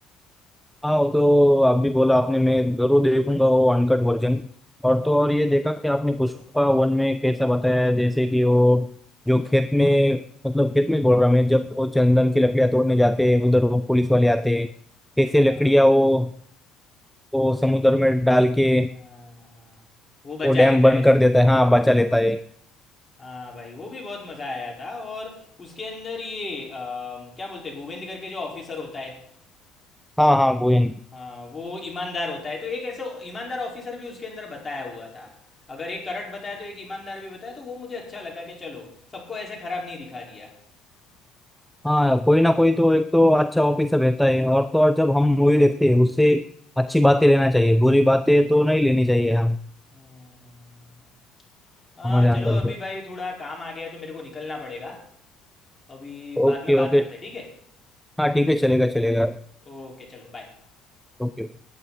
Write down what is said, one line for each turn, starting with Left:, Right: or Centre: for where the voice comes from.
Centre: हाँ वो तो अभी बोला आपने मैं जरूर देखूंगा वो अनकट वर्जन और
Left: हाँ
Centre: तो और ये देखा कि आपने पुष्पा वन में कैसा बताया है, जैसे कि वो जो खेत में मतलब खेत में बोल रहा मैं जब वो चंदन की लकड़ियां तोड़ने जाते हैं उधर वो पुलिस वाले आते हैं कैसे
Left: हाँ
Centre: लकड़ियां वो वो समुद्र में डाल के
Left: हाँ हाँ वो बचा
Centre: वो डैम
Left: लेता
Centre: बंद
Left: है ऐसे
Centre: कर देता है हाँ बचा लेता है
Left: हाँ भाई वो भी बहुत मज़ा आया था और उसके अंदर ये अम, क्या बोलते हैं गोविंद करके जो ऑफिसर होता है
Centre: हाँ हाँ गोयन
Left: हाँ वो ईमानदार होता है तो एक ऐसे ईमानदार ऑफिसर भी उसके अंदर बताया हुआ था अगर एक करट बताया तो एक ईमानदार भी बताया तो वो मुझे अच्छा लगा कि चलो सबको ऐसे खराब नहीं दिखा दिया
Centre: हाँ कोई ना कोई तो एक तो अच्छा ऑफिसर रहता है और तो और जब हम मूवी देखते हैं उससे अच्छी बातें लेना चाहिए बुरी बातें तो नहीं लेनी चाहिए हम
Left: हम्म, हम्म। हाँ
Centre: हमारे अंदर
Left: चलो अभी
Centre: तो
Left: भाई थोड़ा काम आ गया है तो मेरे को निकलना पड़ेगा अभी
Centre: ओके
Left: बाद में बात
Centre: ओके
Left: करते हैं ठीक है
Centre: हाँ ठीक है चलेगा चलेगा
Left: ओके चलो बाय
Centre: ओके